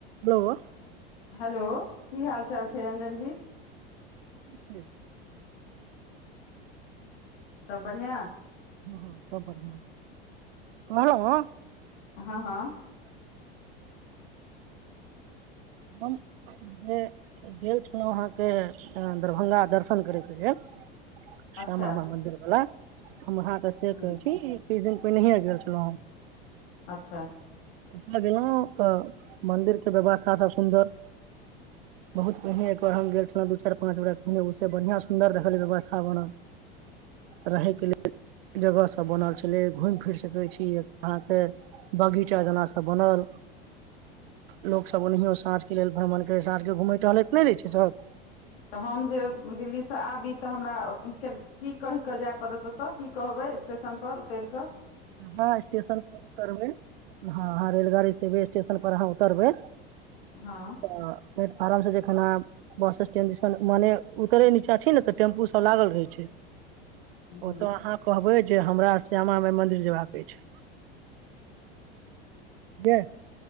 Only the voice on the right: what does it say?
बोलो।
ठीक छै।
हाँ सब बढ़ियाँ कहलौं
हम जे गेल छलौ अहाँ के दरभंगा दर्शन करय के लेल
श्यामा म मन्दिर बला। हम अहाँ के से
कहै छी। किछ दिन पेहनेहिये गेल छलौ।
ओता गेलौ त मंदिर के व्यवस था सब सुन्दर बहुत पहिने एकबार हम गेल छलौ दू, चार, पाँच बेरा घूमे उ सब बढ़िया सुन्दर देखलिये रहे व्यवस्था बनल, रहे के लेल जगह सब बनल छलै, घुम-फिर सकै छी, अ अहाँ के बगीचा जना सब बनल, लोक सब ओनेहयो साँझ के लेल भ्रमण करै, साँझ के घुमै टहलैत नै रहै छै सब।
अहाँ स्टेशन पर उतरबै, हाँ अहाँ रेलगाड़ी से जे स्टेशन पर अहाँ उतरबै
तऽ फेर अराम से जखन अहाँ बस स्टेंड दिसन, मने उतरे नीचा छी ने ते टेम्पू सब लागल रहै छै।
ओता अहाँ कहबै जे हमरा श्यामा माय मंदिर जा के छै <unintelligible>